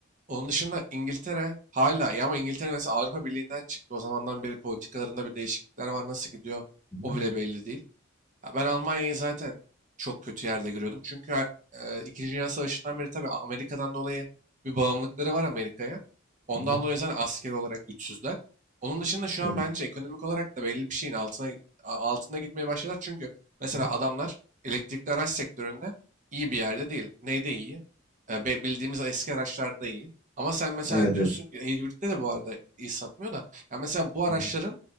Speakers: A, on the right; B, on the left.
A: onun dışında İngiltere hala ya ama İngiltere mesela Avrupa Birliği'nden çıktı. O zamandan beri politikalarında bir değişiklikler var. Nasıl gidiyor
B: Hı
A: o
B: hı.
A: bile belli değil. Ya Ben Almanya'yı zaten çok kötü yerde görüyordum. Çünkü ha- e, İkinci Dünya Savaşı'ndan beri tabii Amerika'dan dolayı bir bağımlılıkları var Amerika'ya. Ondan
B: Hı hı.
A: dolayı zaten askeri olarak güçsüzler. Onun dışında şu
B: Evet.
A: an bence ekonomik olarak da belli bir şeyin altına a- altında gitmeye başladılar. Çünkü mesela
B: Hı hı.
A: adamlar elektrikli araç sektöründe iyi bir yerde değil. Neyde iyi? E, be- bildiğimiz eski araçlarda iyi. Ama sen mesela
B: Evet.
A: diyorsun
B: Evet.
A: ki e, hibritte de bu arada iyi satmıyor da. Ya mesela bu araçların
B: Hı hı.